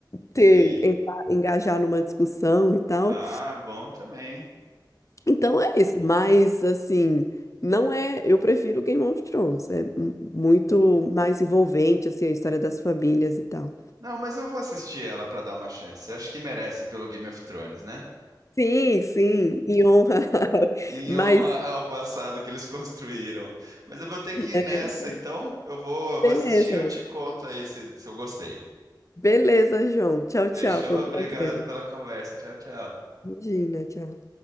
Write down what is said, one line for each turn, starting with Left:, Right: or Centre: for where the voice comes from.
Right: sim.
Left: ter, entrar- engajar numa discussão e tal.
Right: Ah, bom também.
Left: Então
Right: Então,
Left: é isso, mas assim, não é. Eu prefiro Game of Thrones, é mu- muito mais envolvente, assim, a história das famílias e tal.
Right: não, mas eu vou assistir ela para dar uma chance. Acho que merece pelo Game of Thrones, né?
Left: Sim, sim, em honra. <laughs>
Right: Em
Left: Mas,
Right: honra <laughs> ao passado que eles construíram. Mas eu vou ter que ir
Left: é,
Right: nessa, então eu vou, eu vou
Left: beleza.
Right: assistir e eu te conto aí se, se eu gostei.
Left: Beleza, João. Tchau,
Right: Fechou?
Left: tchau. Foi um
Right: Obrigado
Left: prazer.
Right: pela conversa. Tchau, tchau.
Left: Imagina, tchau.